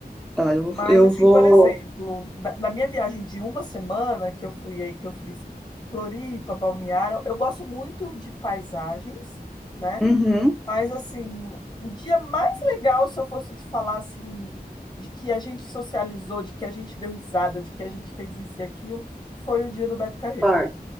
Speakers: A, in the centre; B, on the left.
A: tá, eu,
B: Mas,
A: eu
B: assim,
A: vou.
B: por exemplo, na, na minha viagem de uma semana que eu fui aí, que eu fiz Floripa, Balneário, eu gosto muito de paisagens, né?
A: Uhum.
B: Mas, assim, o dia mais legal, se eu fosse te falar, assim, de que a gente socializou, de que a gente deu risada, de que a gente fez isso e aquilo, foi o dia do Beto Carreiro.
A: Claro.